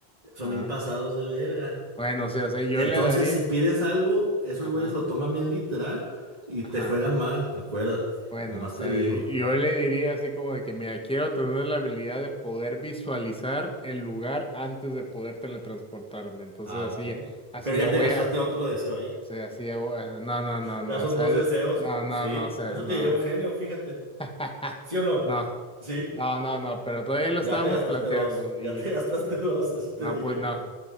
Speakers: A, on the right (about 35°); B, in the centre.
A: son
B: ajá.
A: bien pasados de verga.
B: Bueno, o sea, o sea, yo
A: Entonces,
B: le daría,
A: si pides algo, esos
B: ajá,
A: güeyes lo toman bien literal y
B: ajá.
A: te juegan mal, acuérdate,
B: Bueno,
A: nomás
B: o sea,
A: te digo.
B: y- yo le diría así como de que, mira, quiero tener la habilidad de poder visualizar el lugar antes de poder teletransportarme. Entonces
A: Ah,
B: así,
A: ok.
B: así
A: Pero ya
B: ya
A: te
B: voy
A: gastaste
B: a,
A: otro deseo ahí.
B: o sea, así ya voy a- no, no, no,
A: Ya
B: no,
A: son
B: o sea,
A: dos deseos,
B: no, no,
A: sí.
B: no, o sea,
A: Eso
B: no.
A: te diría un genio, fíjate.
B: <laughs>
A: ¿Sí o no?
B: No,
A: Sí,
B: No, no, no, pero todavía lo
A: ya
B: estábamos
A: te gastaste
B: planteando
A: dos, ya
B: y,
A: te <laughs> gastaste
B: joder,
A: dos, eso te
B: no,
A: diría.
B: pues no,